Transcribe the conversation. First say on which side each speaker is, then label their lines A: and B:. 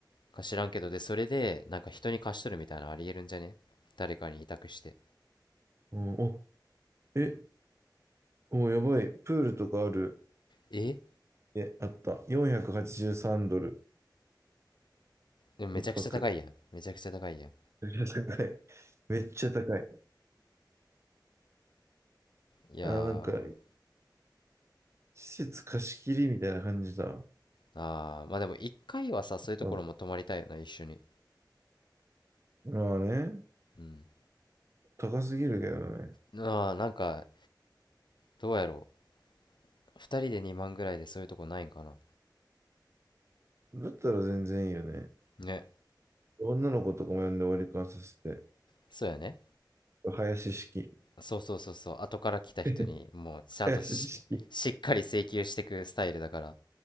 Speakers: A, on the left (about 80°); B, on the right (about 35°).
A: か知らんけどでそれでなんか人に貸しとるみたいなのありえるんじゃね誰かに委託して
B: うん、お、え、お、やばい。プールとかある。
A: え
B: え、あった。483ドル。
A: でもめちゃくちゃ高いやんめちゃくちゃ高いやん
B: 一泊。<laughs> めっちゃ高い。めっちゃ高い。
A: いやー
B: あ、なんか、施設貸し切りみたいな感じだ。
A: あーまあでも一回はさそういうところも泊まりたいな一緒に
B: あまあね、
A: うん
B: 高すぎるけどね。
A: あーなんかどうやろう二人で2万ぐらいでそういうとこないんかな
B: うん、だったら全然いいよね。
A: ね
B: 女の子とかも呼んで割り勘させて。
A: そうやね
B: 林式。
A: そうそうそうそう後から来た人にもうちゃんとし、
B: <laughs> 林式。
A: しっかり請求してくスタイルだから